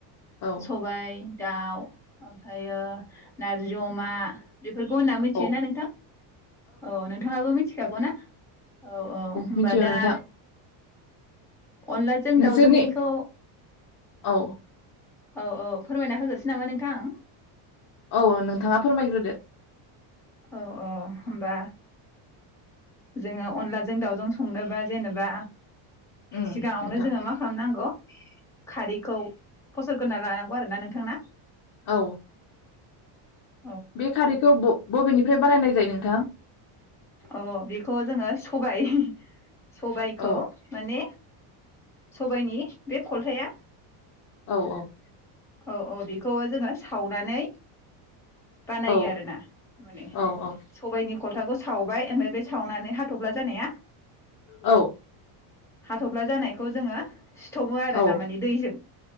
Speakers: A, on the left; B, in the centre.
A: औ
B: सबाय दाउ ओमफ्रायो नारजि अमा बेफोरखौ होनना मिथियोना
A: औ
B: नोंथां औ नोंथाङाबो मिथिखागौ ना औ औ होनबा
A: मिथियो
B: दा
A: नोंथां
B: अनलाजों
A: नोंसोरनि
B: दाउजोंनिखौ
A: औ
B: औ औ फोरमायना होग्रोसै नामा नोंथां।
A: औ नोंथाङा फोरमायग्रोदो।
B: औ औ होमबा जोङो अनलाजों दावजों संनोबा जेनेबा
A: उम
B: सिगाङावनो
A: नोंथां
B: जोङो मा खालामनांगौ खारैखौ फसलग्रोना लानांगौ आरो ना नोंथांना।
A: औ।
B: <inaudible>
A: बे खारैखौ ब-बबेनिफ्राय बानायनायजायो नोंथां?
B: औ बेखौ जोङो सबाइ। सबायाइखौ
A: औ
B: माने सबाइनि बे खल्थाया
A: औ औ।
B: औ औ बेखौ जोङो सावनानै बानायो
A: औ
B: आरोना माने
A: औ औ
B: सबायनि खलथाखौ सावबाय एमफाय बे सावनानै हाथफ्ला जानाया
A: औ।
B: हाथफ्ला जानायखौ जोङो सिथबो आरोना
A: औ
B: माने दैजों